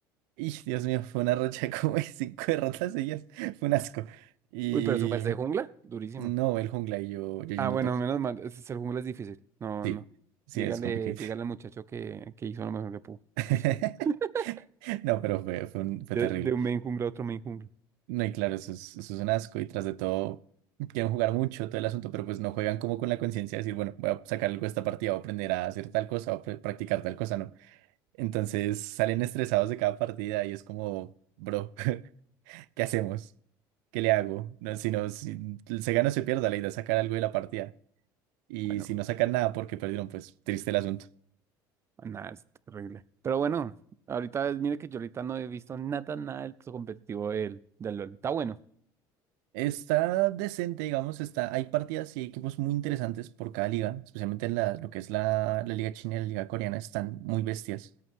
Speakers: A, on the right; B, on the right.
A: Y <laughs> Dios mío, fue una racha <laughs> como de cinco derrotas seguidas, fue un asco. Y
B: Uy, pero su merced jungla, durísimo.
A: no, el jungla y yo, yo
B: Ah,
A: yendo
B: bueno,
A: top.
B: menos mal. es- Ser jungla es difícil. No,
A: Sí,
B: no.
A: sí,
B: Dígale,
A: es complicado.
B: dígale al muchacho que, que hizo lo mejor que pudo.
A: <laughs>
B: <laughs>
A: No, pero fue, fue, un- fue
B: De,
A: terrible.
B: de un main jungla a otro main jungla.
A: No, y claro, eso es, eso es un asco y tras de todo quieren jugar mucho todo el asunto, pero pues no juegan como con la conciencia de decir, bueno, voy a sacar algo de esta partida, voy a aprender a hacer tal cosa, voy a pr- practicar tal cosa, ¿no? Entonces salen estresados de cada partida y es como, bro, <laughs> ¿qué hacemos? ¿Qué le hago? No, si no, si se gana o se pierda, la idea es sacar algo de la partida. Y
B: Bueno,
A: si no sacan nada porque perdieron, pues triste el asunto.
B: nada, es terrible. Pero bueno, ahorita, mire que yo ahorita no he visto nada, nada del competitivo del, del LoL. Está bueno.
A: Está decente, digamos, está, hay partidas y equipos muy interesantes por cada liga, especialmente en la, lo que es la, la liga china y la liga coreana, están muy bestias,